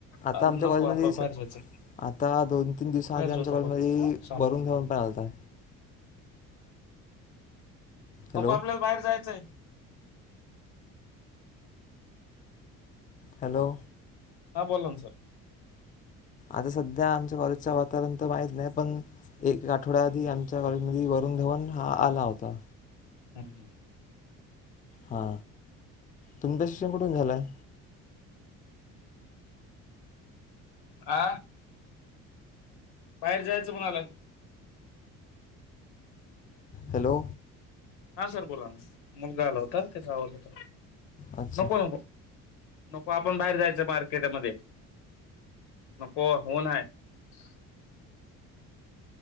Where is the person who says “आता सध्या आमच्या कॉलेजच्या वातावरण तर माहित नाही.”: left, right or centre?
Left